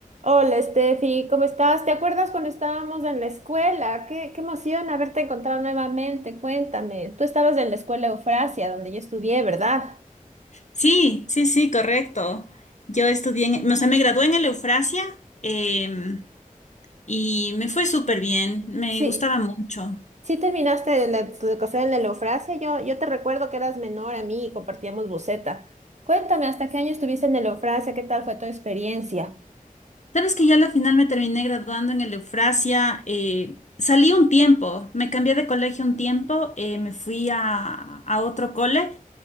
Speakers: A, on the right; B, on the left.
A: Hola, Steffi, ¿cómo estás? ¿Te acuerdas cuando estábamos en la escuela? Qué, qué emoción haberte encontrado nuevamente. Cuéntame, tú estabas en la escuela Eufrasia, donde yo estudié, ¿verdad?
B: Sí, sí, sí, correcto. Yo estudié, en, o sea, me gradué en el Eufrasia em, y me fue súper bien, me
A: Sí,
B: gustaba mucho.
A: sí terminaste la- tu educación en la Eufrasia. Yo, yo te recuerdo que eras menor a mí y compartíamos buceta. Cuéntame, ¿hasta qué año estuviste en la Eufrasia? ¿Qué tal fue tu experiencia?
B: Sabes que yo a la final me terminé graduando en el Eufrasia, eh, salí un tiempo, me cambié de colegio un tiempo, eh, me fui a, a otro cole,